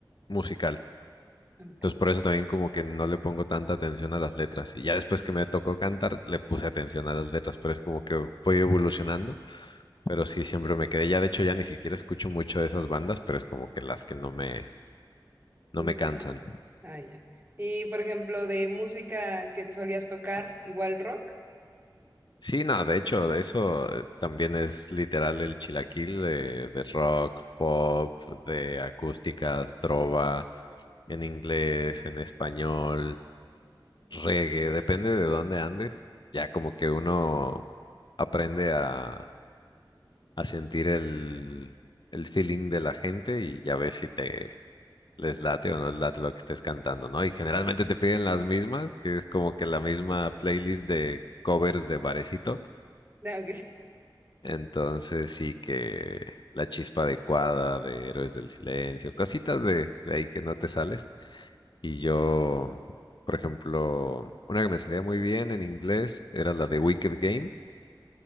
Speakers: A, on the left; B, on the right.
A: musical.
B: ok,
A: Entonces por eso también como que no le pongo tanta atención a las letras. Y ya después que me tocó cantar, le puse atención a las letras, pero es como que voy evolucionando. Pero sí, siempre me quedé. Ya de hecho ya ni siquiera escucho mucho de esas bandas, pero es como que las que no me, no
B: interesante.
A: me cansan.
B: Ah, ya. Y por ejemplo, de música que solías tocar, igual rock.
A: Sí, no, de hecho, de eso eh, también es literal el chilaquil de, de rock, pop, de acústica, trova, en inglés, en español. Reggae, depende de dónde andes. Ya como que uno aprende a, a sentir el, el feeling de la gente y ya ves si te les late o no les late lo que estés cantando, ¿no? Y generalmente te piden las mismas, que es como que la misma playlist de covers de barecito.
B: <laughs> Ah,
A: Entonces sí que la chispa adecuada de Héroes del Silencio, cositas de, de ahí que no te sales. Y yo, por ejemplo, una que me salía muy bien en inglés era la de Wicked Game